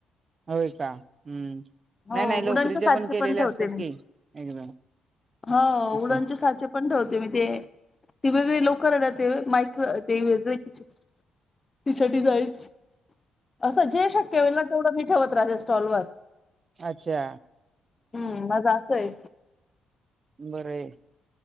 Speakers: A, on the right; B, on the left.
A: होय का ह हम्म
B: हो
A: नाही नाही लोकरीचे
B: उडनचे साचे
A: पण केलेले
B: ठेवते
A: असतात
B: मी.
A: की एकदम
B: हो
A: असं
B: उडणचे साचे पण ठेवते मी ते ती वेगवेगळी लोकर आहे ना ती माहित ते व तिसाठी जायच असं जे शक्य होईल ना तेवढं मी ठेवत राहे स्टॉलवर
A: अच्छा
B: हम्म माझं असं आहे.
A: बरंय